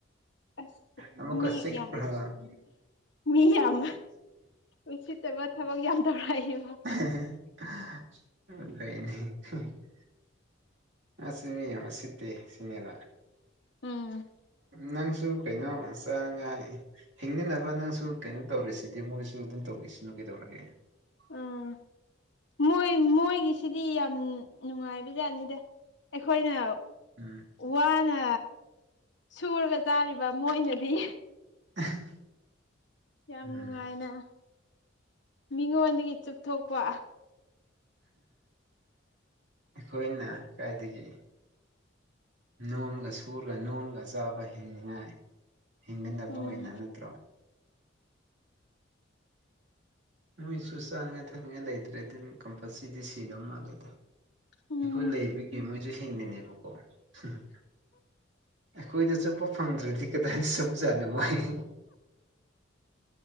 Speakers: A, on the left; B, on the right.
A: ꯑꯁ
B: ꯑꯃꯨꯛꯀ
A: ꯃꯤ
B: ꯆꯤꯛꯄ꯭ꯔꯣ
A: ꯌꯥꯝ ꯎꯁꯤꯠ ꯃꯤ ꯌꯥꯝ ꯎꯁꯤꯠꯇꯕ ꯊꯕꯛ ꯌꯥꯝ ꯇꯧꯔꯛꯌꯦꯕ
B: <unintelligible> <unintelligible> ꯑꯁ ꯃꯤ ꯌꯥꯝ ꯎꯁꯤꯠꯇꯦ ꯁꯤꯅꯦꯕ
A: ꯎꯝ
B: ꯅꯪꯁꯨ ꯀꯩꯅꯣ ꯆꯥꯅꯤꯡꯉꯥꯏ ꯍꯤꯡꯅꯅꯕ ꯅꯪꯁꯨ ꯀꯩꯅꯣ ꯇꯧꯔꯤꯁꯤꯗꯤ ꯃꯣꯏꯁꯨ ꯑꯗꯨꯝ ꯇꯧꯒꯤꯁꯅꯨ ꯀꯩꯗꯧꯔꯒꯦ <inaudible>
A: ꯎꯝ ꯃꯣꯏ ꯃꯣꯏꯒꯤꯁꯤꯗꯤ ꯌꯥꯝ ꯅꯨꯡꯉꯥꯏꯕꯖꯠꯅꯤꯗ ꯑꯩꯈꯣꯏꯅ
B: ꯎꯝ
A: ꯋꯥꯅ ꯁꯨꯔꯒ ꯇꯥꯔꯤꯕ ꯃꯣꯏꯅꯗꯤ
B: <unintelligible>
A: ꯌꯥꯝ
B: ꯎꯝ
A: ꯅꯨꯡꯉꯥꯏꯅ ꯃꯤꯉꯣꯟꯗꯒꯤ ꯆꯨꯞꯊꯣꯛꯄ
B: ꯑꯩꯈꯣꯏꯅ ꯀꯥꯏꯗꯒꯤ ꯅꯣꯝꯒ ꯁꯨꯔꯒ ꯅꯣꯝꯃꯒ ꯆꯥꯕ ꯍꯤꯡꯅꯤꯡꯉꯥꯏ ꯍꯤꯡꯅꯟꯕ
A: ꯎꯝ
B: ꯑꯣꯏꯅ ꯅꯠꯇ꯭ꯔꯣ ꯃꯣꯏꯁꯨ ꯆꯥꯉꯥꯏ ꯊꯛꯅꯤꯡꯉ ꯂꯩꯇ꯭ꯔꯦꯗꯤ ꯗꯨꯝ ꯀꯝꯄꯜꯁꯔꯤꯗꯤ ꯁꯤꯗꯧ ꯃꯥꯜꯂꯦꯗ
A: ꯎꯝ
B: ꯑꯩꯈꯣꯏ ꯂꯩꯕꯒꯤ ꯃꯣꯏꯁꯨ ꯍꯤꯡꯉꯤꯅꯦꯕꯀꯣ ꯑꯩꯈꯣꯏꯗ ꯆꯨꯞꯄ ꯐꯪꯗ꯭ꯔꯗꯤ ꯀꯗꯥꯏꯗ ꯆꯨꯞꯖꯠꯅꫭ ꯃꫭꯏ